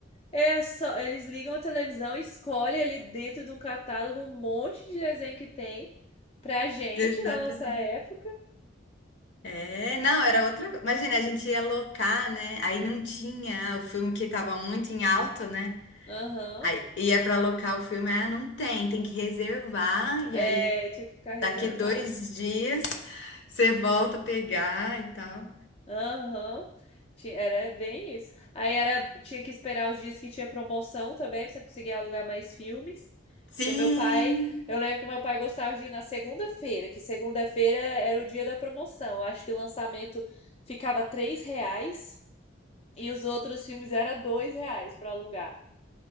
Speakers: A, on the left; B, on the left.
A: é só eles ligam a televisão, e escolhem ali dentro de um catálogo um monte de desenho que tem. Pra gente,
B: exatamente.
A: na nossa época,
B: É, não, era outra coisa. Imagina, a gente ia locar, né? Aí não tinha o filme que tava muito em alta, né?
A: aham,
B: Aí ia pra locar o filme, ah, não tem, tem que reservar. E
A: é,
B: aí
A: tinha que ficar reservado.
B: Daqui dois dias você volta a pegar e tal.
A: Aham, Ti- era bem isso. Aí era, tinha que esperar os dias que tinha promoção também, pra você conseguir alugar mais filmes. Porque
B: Sim,
A: o meu pai, eu lembro que o meu pai gostava de ir na segunda-feira, que segunda-feira era o dia da promoção. Eu Acho que o lançamento ficava três reais e os outros filmes era dois reais para alugar.